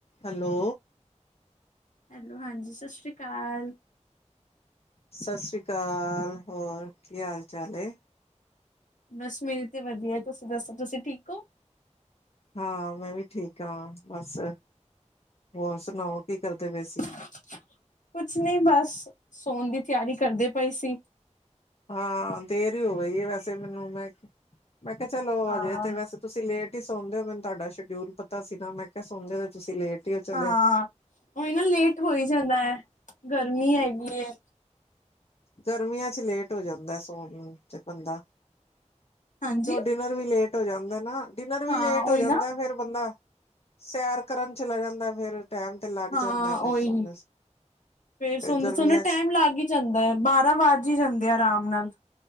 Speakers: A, on the left (about 55°); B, on the left (about 85°).
A: Hello.
B: Hello, ਹਾਂਜੀ ਸਤਿ ਸ਼੍ਰੀ ਅਕਾਲ।
A: ਸਤਿ ਸ੍ਰੀ ਅਕਾਲ, ਹੋਰ ਕੀ ਹਾਲ ਚਾਲ ਏ?
B: ਬਸ, ਮੇਰੀ ਤੇ ਵਧੀਆ ਤੁਸੀਂ ਦੱਸੋ, ਤੁਸੀਂ ਠੀਕ ਹੋ?
A: ਹਾਂ, ਮੈਂ ਵੀ ਠੀਕ ਹਾਂ ਬਸ। ਹੋਰ ਸੁਣਾਓ ਕੀ ਕਰਦੇ ਪਏਸੀ?
B: ਕੁਛ ਨਹੀਂ ਬਸ, ਸੋਣ ਦੀ ਤਿਆਰੀ ਕਰਦੇ ਪਏ ਸੀ।
A: ਹਾਂ, ਦੇਰ ਹੀ ਹੋ ਗਈ ਹੈ ਵੈਸੇ ਮੈਨੂੰ। ਮੈਂ, ਮੈਂ ਕਿਹਾ ਚਲੋ
B: ਹਾਂ
A: ਹਜੇ ਤੇ ਵੈਸੇ ਤੁਸੀਂ ਲੇਟ ਹੀ ਸੌਣਦੇ ਹੋ। ਮੈਨੂੰ ਤੁਹਾਡਾ ਸ਼ਡਿਊਲ ਪਤਾ ਸੀ ਨਾ, ਮੈਂ ਕਿਹਾ ਸਣਦੇ ਹੋ ਤੁਸੀਂ ਲੇਟ। ਹੀ ਹੋ ਚਲੇ
B: ਹਾਂ, ਉਹੀ ਨਾ ਲੇਟ ਹੋ ਹੀ ਜਾਂਦਾ ਹੈ, ਗਰਮੀ ਹੈਗੀ ਐ।
A: ਗਰਮੀਆਂ'ਚ ਲੇਟ ਹੋ ਜਾਂਦਾ ਸੋਣ ਨੂੰਚ ਬੰਦਾ।
B: ਹਾਂਜੀ
A: ਤੁਹਾਡੇ ਨਾਲ ਵੀ ਲੇਟ ਹੋ ਜਾਂਦਾ ਨਾ, ਡਿਨਰ ਵੀ
B: ਹਾਂ
A: ਲੇਟ ਹੋ
B: ਉਹੀ
A: ਜਾਂਦਾ
B: ਨਾ
A: ਫੇਰ ਬੰਦਾ- ਸੈਰ ਕਰਨ ਚਲਾ ਜਾਂਦਾ, ਫੇਰ ਟੈਮ- ਤੇ ਲੱਗ
B: ਹਾਂ,
A: ਜਾਂਦਾ
B: ਓਹੀ
A: ਫੇਰ ਸੋਣ
B: ਨ ਫੇਰ ਸੋਂਦੇ-ਸੋਂਦੇ
A: ਗਰਮੀਆਂ
B: ਟਾਈਮ
A: ਚ
B: ਲੱਗ ਈ- ਜਾਂਦਾ ਹੈ। ਬਾਰਾਂ ਵੱਜ ਹੀ ਜਾਂਦੇ ਆ ਆਰਾਮ ਨਾਲ।